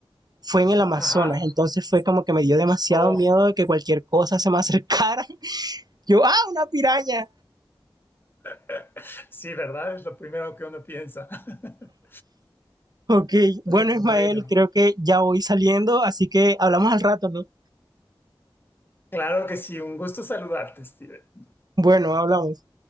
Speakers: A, on the right; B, on the left.
A: fue en el Amazonas,
B: Ajá.
A: entonces fue como que me dio demasiado
B: Oh,
A: miedo de que cualquier cosa se me acercara. <laughs> Yo, ah, una piraña.
B: <laughs> sí, ¿verdad? Es lo primero que uno piensa. <laughs>
A: Ok, bueno,
B: Pero
A: Ismael,
B: bueno,
A: creo que ya voy saliendo, así que hablamos al rato, ¿no?
B: claro que sí, un gusto saludarte, Steven.
A: Bueno, hablamos.